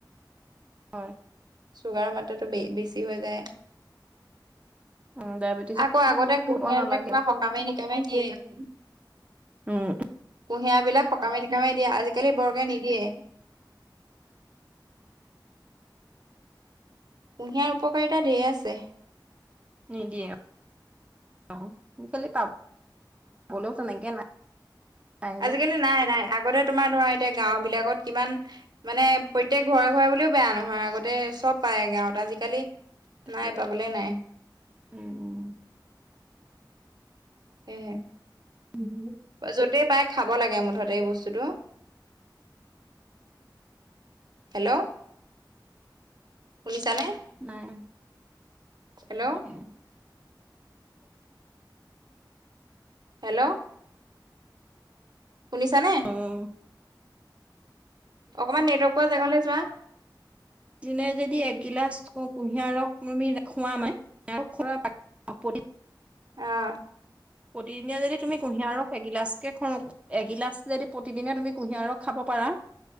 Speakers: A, on the right (about 15°); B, on the right (about 60°).
A: হয়।
B: ছুগাৰৰ মাত্ৰাটো বে- বেছি হৈ যায়।
A: উম ডায়েবেটিছ
B: আকৌ আগতে
A: বৰকে
B: কুহিয়াৰক
A: খাব নালাগে
B: কিবা সকামে-নিকামে দিয়ে। কুঁহিয়াৰবিলাক
A: উম
B: সকামে - নিকামে দিয়ে। আজিকালি বৰকে নিদিয়ে। কুঁহিয়াৰ উপকাৰীতা ঢেৰ আছে।
A: নিদিয়ে। <inaudible> খালি পাবলেও তেনেকে নাই। নাই
B: আজিকালি
A: যে।
B: নাই - নাই। ‌ আগতে তোমাৰ ধৰা, এতিয়া গাওঁবিলাকত কিমান মানে প্ৰত্যেক ঘৰে - ঘৰে বুলিও বেয়া নহয়। আগতে চব পায় গাঁৱত। আজিকালি
A: তাকে
B: নাই, পাবলে নাই।
A: উম উম।
B: সেয়েহে।
A: <inaudible>
B: য'তেই পাই খাব লাগে মুঠতে এই বস্তুটো। হেল্ল'? শুনিছানে?
A: নাই।
B: Hello
A: <inaudible>
B: hello? শুনিছানে?
A: উম।
B: অকমান নেটৱৰ্ক পোৱা জেগালৈ যোৱা।
A: দিনে যদি একগিলাচ কু কুঁহিয়াৰ ৰস তুমি খোৱা মানে তাৰ পৰা কি
B: অঁ।
A: প্ৰতিদিনীয়া যদি তুমি কুঁহিয়াৰ ৰস এগিলাচ- কে খ- এগিলাচ যদি প্ৰতিদিনে তুমি কুঁহিয়াৰ ৰস খাব পাৰা